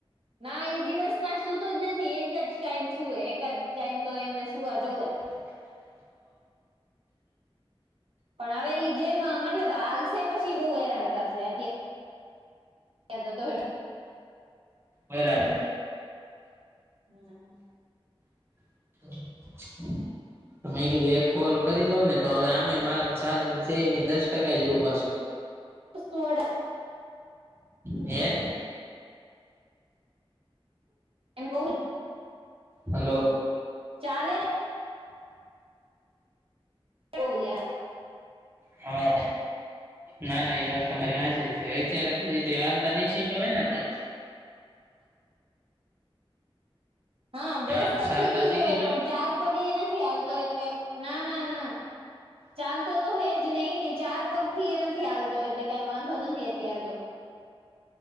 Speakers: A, on the right; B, on the right.
A: ના એ દિવસ ના સુતો જ નથી એક જ ટાઈમ સુવે એક જ ટાઈમ તો એમને સુવા જોવે.
B: <inaudible>
A: પણ હવે ઈ જેમ એટલે બાલશે પછી બોવ હેરાન કરશે. તો જતો હોય
B: બરાબર.
A: હમ્મ.
B: <inaudible> મે કીધું એક કોલ કરી લઉ ને તો હવે આમેય મારામાં સાર્જિંગ શેયની દસ ટકા જ રયુ પાસુ.
A: <unintelligible>
B: હે?
A: એમ કઉ
B: હાલો.
A: ચાલે. એવું હે.
B: હા. ના ના ઇ વાત તમારી હાચી છે અત્યારે દી કય હાલતા ની શીખે હોય ને પણ.
A: હં બેસત
B: હા ચાલતા
A: શીખી ગ્યો હોય
B: ગયો
A: પણ ચાર પગે ઇ નથી હાલતો એટલે ના, ના, ના, ચાલતો તો હેજ નઇ ને ચાર પગ થી યે નથી હાલતો એટલે કાઈ વાંધો નથી અત્યારે તો.